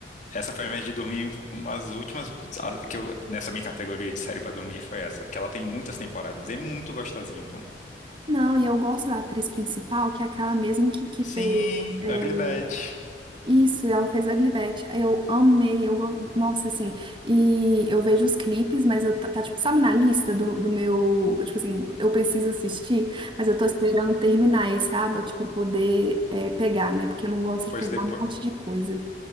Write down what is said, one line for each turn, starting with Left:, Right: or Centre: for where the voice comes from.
Left: essa foi a minha de dormir, uma das últimas a- que eu, nessa minha categoria de série pra dormir foi essa, que ela tem muitas temporadas, e é muito gostosinha, pô.
Right: Não, e eu gosto da atriz principal, que é aquela mesmo que, que
Left: Sim,
Right: fez. é,
Left: Ugly Betty.
Right: Isso, e ela fez Ugly Betty. Aí eu amei, eu, go- nossa, assim, e eu vejo os clipes, mas eu, tá, tá, tipo, sabe, na lista do, do meu, tipo assim, eu preciso assistir, mas eu tô esperando terminar esse aba, tipo, pra poder é, pegar, né, porque eu não gosto de
Left: Pois
Right: pegar
Left: depois
Right: um monte de coisa.